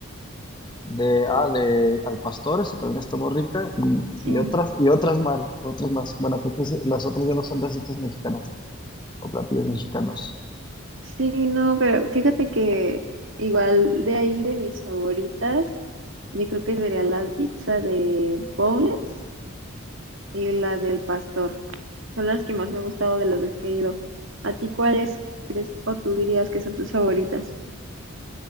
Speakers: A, on the left; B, on the right.
A: de ah, de al pastor, eso también está muy rica, y,
B: Sí,
A: y otras, y otras más, otras más. Bueno, porque las otras ya no son recetas mexicanas o platillos mexicanos.
B: Sí, no, pero fíjate que igual de ahí de mis favoritas, yo creo que sería la pizza de boneless y la del pastor. Son las que más me han gustado de las veces que he ido. ¿A ti cuáles crees o tú dirías que son tus favoritas?